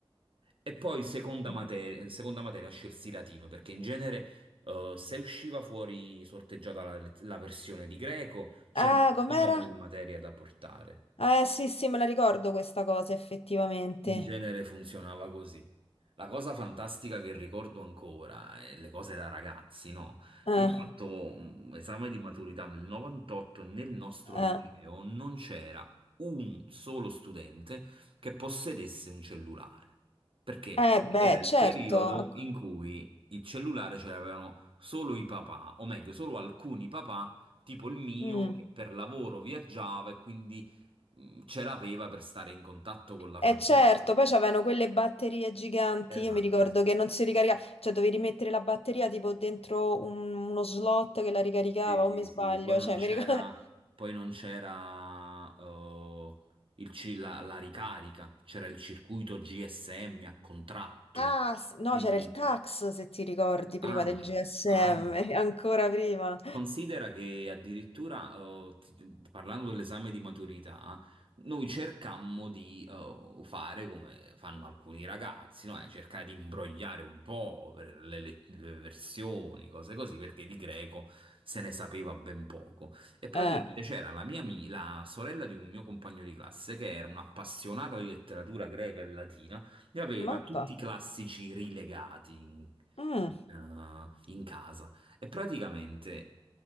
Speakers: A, on the right (about 65°); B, on the left (about 85°).
A: E poi seconda
B: no.
A: materia, seconda materia scelsi latino perché in genere eh, se usciva fuori sorteggiata la, la versione di greco, c'era
B: Ah, com'era?
A: latino come materia da portare.
B: Ah, eh, sì, sì, me la ricordo questa cosa, effettivamente.
A: In genere funzionava così. La cosa fantastica che ricordo ancora è le cose da ragazzi, no? Io
B: Eh,
A: ho fatto un esame di maturità nel 98 e nel nostro
B: eh.
A: liceo non c'era un solo studente che possedesse un cellulare, perché
B: Eh, beh,
A: era il
B: certo.
A: periodo
B: Ecco.
A: in cui il cellulare ce l'avevano solo i papà, o meglio, solo alcuni papà, tipo il mio,
B: Mm.
A: che per lavoro viaggiava e quindi mh, ce l'aveva per stare in contatto con la
B: Eh
A: famiglia.
B: certo, poi c'avevano quelle batterie giganti,
A: Esatto,
B: io mi ricordo
A: esatto.
B: che non si ricaricava, cioè dovevi mettere la batteria tipo dentro un- uno slot che la ricaricava,
A: Sì,
B: o
A: sì,
B: mi sbaglio,
A: sì. Poi non
B: cioè
A: c'era,
B: mi ricordo... <laughs>
A: poi non c'era eh, il ci- la, la ricarica, c'era il circuito GSM a contratto.
B: Ah, s- no,
A: Quindi
B: c'era il tax, se ti ricordi, prima
A: anche,
B: del GSM,
A: anche.
B: <laughs> ancora prima.
A: Considera che addirittura, eh, ti- parlando dell'esame di maturità, noi cercammo di eh, fare come fanno alcuni ragazzi, no? Eh, cercare di imbrogliare un po' per le, le- le versioni, cose così, perché di greco se ne sapeva ben poco. E praticamente
B: Eh,
A: c'era la mia ami- la sorella di un mio compagno di classe, che era un'appassionata di letteratura greca e latina, e aveva
B: mappa.
A: tutti i classici rilegati in
B: Mm.
A: in, eh, in casa. E praticamente,